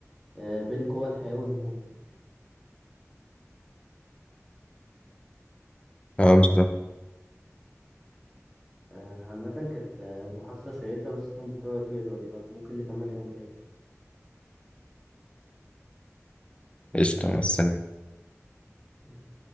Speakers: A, in the centre; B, on the left (about 20°).
A: آه، بين قوى الحياة والموت فاهم
B: اه بالظبط
A: آه، عامة كانت آه، محادثة شيقة بس أنا مضطر أطير دلوقتي بقى ممكن نكملها يوم تاني
B: قشطه مع السلامه
A: سلام.